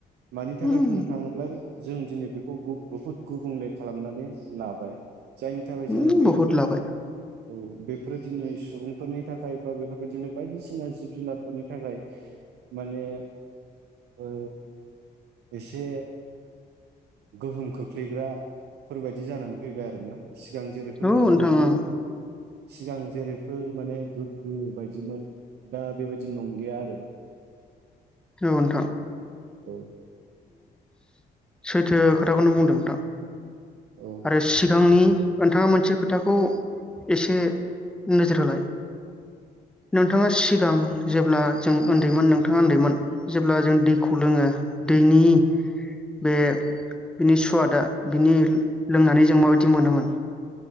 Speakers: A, on the right; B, in the centre.
A: मानि थाखाय
B: उम
A: बुंनो थाङोब्ला जों दिनै बेखौ बु बुहुद गुबुंले खालामनानै लाबाय जायनि थाखाय जोङो
B: उम
A: बेफोर
B: बहुद लाबाय
A: औ बेफोर दिनै सुबुंफोरनि थाखाय बा बेफोर बेबदिनो बायदिसिना जिब जुनारफोरनि थाखाय माने ओ एसे गोहोम खोख्लैग्राफोरबायदि जानानै फैबाय आरोना सिगां जेरैफोर
B: औ नोंथां
A: गोग्गो
B: ओं औ
A: सिगां जेरैफोर माने गोग्गो बायदिमोन दा बेबायदि नंलिया आरो
B: औ नोंथां
A: औ
B: सैथो खोथाखौनो बुंदों नोंथां
A: औ
B: आरो सिगांनि नोंथाङा मोनसे खोथाखौ एसे नोजोर होलाय। नोंथाङा सिगा सिगां जेब्ला जों उन्दैमोन नोंथाङा उन्दैमोन जेब्ला जों दैखौ लोङो। दैनि बे बिनि सुवादा बिनि लोंनानै जों माबायदि मोनोमोन?